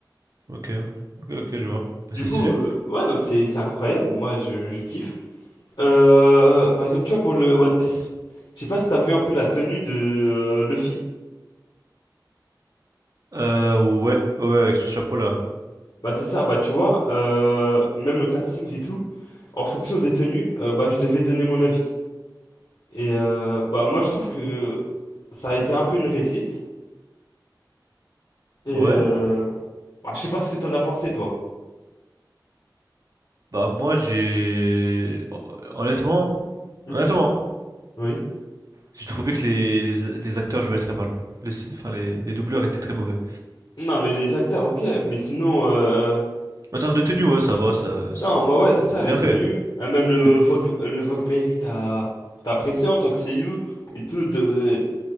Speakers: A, on the right; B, on the left.
A: Ok. Ok, ok, je vois. Bah,
B: Du
A: C'est
B: coup,
A: stylé.
B: euh, ouais, non, mais c'est, c'est incroyable, moi je, je kiffe. Euh, par exemple, tu vois, pour le One Piece, je sais pas si t'as vu un peu la tenue de euh, Luffy.
A: Euh, ouais, ouais, ouais, avec son chapeau là.
B: Bah c'est ça, bah tu vois, euh, même le casting et tout, en fonction des tenues, euh, bah je devais donner mon avis. Et euh, bah moi je trouve que ça a été un peu une réussite. Et
A: Ouais.
B: euh, bah, je sais pas ce que t'en as pensé toi.
A: Bah, moi, j'ai. Honnêtement,
B: Mhm.
A: honnêtement, hein,
B: Oui.
A: J'ai trouvé que les, les, les acteurs jouaient très mal. Les, enfin, les, les doubleurs étaient très mauvais.
B: Non mais les acteurs ok, mais sinon euh,
A: En termes de tenue, ouais, ça va, ça, c'était
B: non moi ouais c'est
A: c'était-
B: ça
A: c'était
B: les
A: bien
B: tenues,
A: fait.
B: Euh, même le
A: C'était-
B: Vogue le Vogue Mary t'as t'as apprécié en tant que CU et tout de